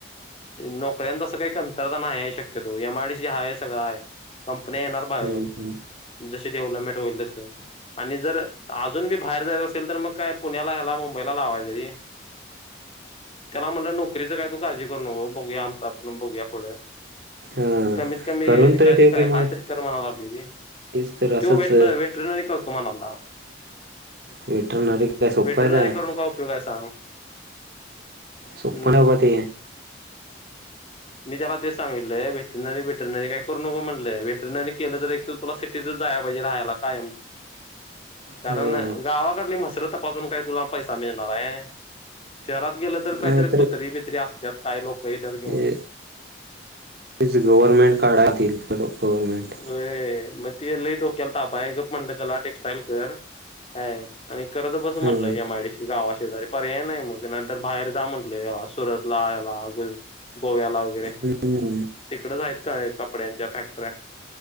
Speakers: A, on the left (about 30°); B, on the right (about 55°).
A: नोकऱ्यांचं काही कमतरता नाही आहे शक्य एम आय डी हा आहे सग आहे कंपनी्या येणार
B: हम्म
A: बाहेरून
B: हम्म
A: जशी डेव्हलपमेंट होईल तस आणि जर अजून बी बाहेर जायचं असेल तर मग काय पुण्याला ह्याला मुंबईला लावाय तरी त्याला म्हटलं नोकरीच काय तू काळजी करू नको बघूया आमचा बघूया पुढं
B: हा
A: प कमीत कमी
B: करून तर
A: काय
B: ठेव
A: काय
B: किमान
A: काहीतरी कर म्हणा लागली
B: तेच तर असंच
A: तो वेट वेटनरी करतो मणा द
B: वेटरनरी काय सोप्पं
A: वेटरनरी
B: आहे काय
A: करून का उपयोग आहे सांग हम्म
B: सुपन उप ते
A: मी त्याला ते सांगित वेटनरी वेटनरी काय करू नको म्हटले वेहेटरनरी केलं तर एक तुला सिटीतच जा पाहिजे राहायला कायम कारण
B: हो
A: गावाकडली मस्त रथ तपासून काय तुला पैसा मिळणार आहे? शहरात गेलं तर कायतरी
B: नाही
A: कुत्री बित्री असत त्यात काय, लोक येतात
B: तर
A: घेवून
B: तेच गव्हर्नमेंट काढा आधी, गव्हर्नमेंट
A: व्हय मग ते खुप डोक्याला ताप आहे. तेच म्हणत आहे त्याला, टेक्स्टाईल कर, काय.... आणि करत बस म्हणलं
B: हम्म
A: एम आय डी सी गावात पर्याय नाही बघ, नंतर बाहेर जा म्हटल, सुरतला याला, गोव्याला वगैरे
B: हम्म
A: तिकडेच आहेत का कपड्यांच्या फॅक्टर्या?